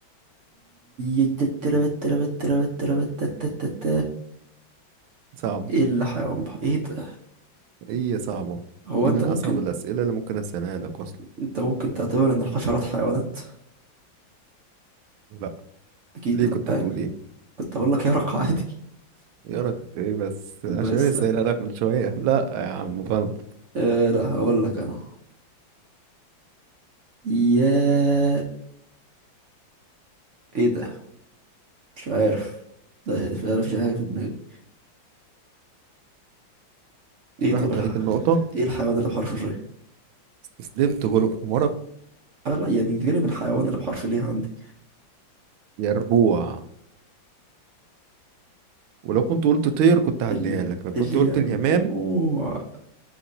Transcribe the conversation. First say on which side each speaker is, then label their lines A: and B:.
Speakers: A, on the right; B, on the right.
A: يتتربتربتربتربتتتتت.
B: صعبة
A: ايه اللي حيوان بحر ايه ده
B: ايه صعبة
A: هو
B: دي
A: انت
B: من
A: ممكن
B: اصعب الاسئلة اللي ممكن اسألها لك اصلا
A: انت ممكن تعتبر ان الحشرات حيوانات
B: لا
A: اكيد
B: ليه
A: لا
B: كنت
A: يعني
B: هتقول ايه
A: كنت اقول لك يرق عادي
B: يا رك كنت ايه بس عشان
A: بس
B: انا سايلها
A: لا
B: لك من شويه لا يا عم غلط
A: أه لا هقول لك انا يا ايه ده مش عارف لا يعني فعلا مفيش اي حاجه في دماغي ايه
B: راحت
A: طب الح...
B: عليك النقطه
A: ايه الحيوان اللي بحرف الر
B: استسلمت غلب حمارك
A: آه لا يعني غالب الحيوان اللي بحرف ليه عندي
B: يا ربوع ولو كنت قلت طير كنت هعديها
A: ال...
B: لك لو كنت
A: اللي
B: قلت
A: يعني
B: اليمام
A: أوه.